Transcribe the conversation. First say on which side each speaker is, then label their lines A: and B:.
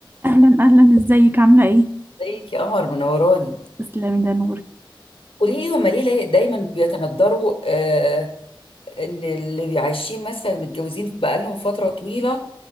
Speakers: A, on the right; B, on the left.
A: اهلا اهلا ازيك عامله ايه
B: ازيك يا قمر منوراني
A: تسلمي ده نوري
B: قولي لي هما ليه لي- دايما بيتندروا آه ان اللي عايشين مثلا متجوزين بقالهم فترة طويلة